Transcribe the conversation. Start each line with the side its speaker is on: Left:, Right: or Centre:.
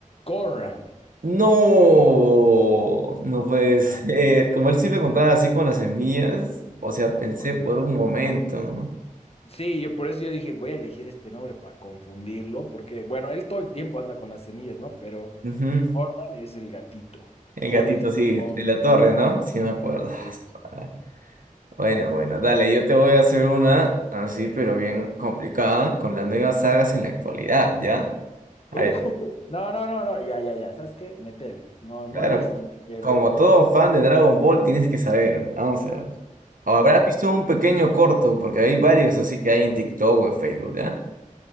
Left: Corran.
Right: No, no puede <laughs> ser.
Left: Ah,
Right: Como él siempre
Left: sí,
Right: contaba
Left: está,
Right: así con las semillas, o sea, pensé
Left: Corran.
Right: por un momento, ¿no?
Left: Sí, yo por eso yo dije, voy a elegir este nombre para confundirlo, porque, bueno, él todo el tiempo anda con las semillas, ¿no? Pero
Right: Ujú.
Left: Corran es el gatito.
Right: El
Left: O
Right: gatito,
Left: le dice
Right: sí,
Left: Corran,
Right: de la torre,
Left: sí, sí,
Right: ¿no? Sí, me acuerdo. <laughs>
Left: es el
Right: Ah,
Left: gatito.
Right: Bueno, bueno, dale, yo te voy a hacer una así, pero bien complicada, con las nuevas sagas en la actualidad, ¿ya? A
Left: Uh,
Right: ver,
Left: no, no, no, no, ya, ya, ya, ¿sabes qué? Métele. No,
Right: claro,
Left: no he visto, pero
Right: como
Left: voy
Right: todo
Left: a,
Right: fan de Dragon Ball tienes que saber, vamos a ver. O habrás visto un pequeño corto, porque hay varios así que hay en TikTok o en Facebook, ¿ya?